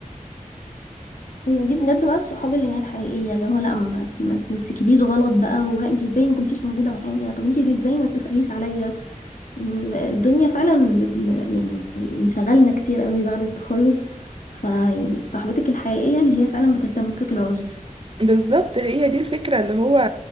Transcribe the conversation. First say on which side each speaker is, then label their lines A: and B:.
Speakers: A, on the left; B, on the right.
A: هي دي بجد بقى الصحاب اللي هي الحقيقية اللي هو لا ما, ما تمسكيليش غلط بقى ولا انتي ازاي ما كنتيش موجودة معايا طب انتي ليه ازاي ما بتسأليش عليا يعني الدنيا فعلا بت... ب- يعني انشغلنا كتير قوي بعد التخرج فيعني صاحبتك الحقيقية اللي هي فعلا بتلتمس لك العذر
B: بالظبط هي دي الفكرة اللي هو